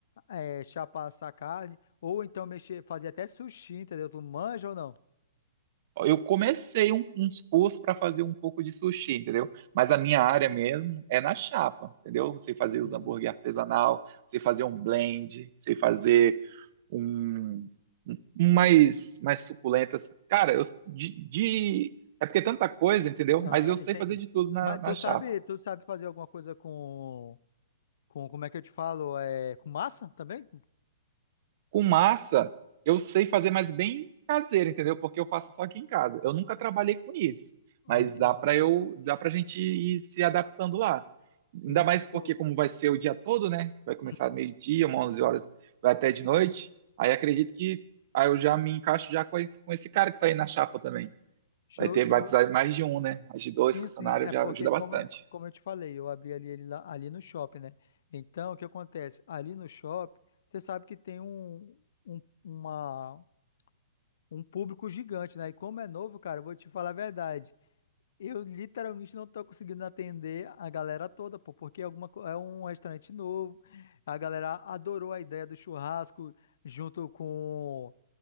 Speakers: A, on the left (about 60°); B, on the right (about 45°).
A: é, chapar essa carne, ou então mexer, fazer até sushi, entendeu? Tu manja ou não?
B: Ó, Eu comecei um- uns cursos para fazer um pouco de sushi, entendeu? Mas a minha área mesmo é na chapa, entendeu? Sei fazer os
A: Uhum.
B: hambúrguer artesanal, sei fazer um blend, sei fazer um, um mais mais suculento. assim. Cara, eu de, de- é porque é tanta coisa, entendeu?
A: Aham,
B: Mas eu sei
A: entendi.
B: fazer de tudo na
A: Mas
B: na
A: tu
B: chapa.
A: sabe, tu sabe fazer alguma coisa com, com, como é que eu te falo? É, com massa também?
B: Com massa, eu sei fazer, mas bem caseiro, entendeu? Porque eu faço só aqui em casa. Eu nunca trabalhei com isso,
A: Ah,
B: mas
A: entendi,
B: dá para
A: entendi.
B: eu, dá para gente ir se adaptando lá. Ainda
A: Sim,
B: mais
A: sim, show.
B: porque como vai ser o dia todo, né? Vai começar
A: Uhum.
B: meio-dia, umas 11 horas, vai até de noite. Aí acredito que aí eu já me encaixo já com esse com esse cara que tá aí na chapa também.
A: Show,
B: Vai ter,
A: show.
B: vai precisar de mais de um, né? Mais de dois
A: Sim,
B: funcionários
A: sim, é
B: já
A: porque
B: ajuda
A: como,
B: bastante.
A: eu- como eu te falei, eu abri ali, ele lá, ali no shopping, né? Então, o que acontece? Ali no shopping, você sabe que tem um, um, uma, um público gigante, né? E como é novo, cara, eu vou te falar a verdade. Eu literalmente não tô conseguindo atender a galera toda, pô, porque é alguma, co- é um restaurante novo. A galera adorou a ideia do churrasco junto com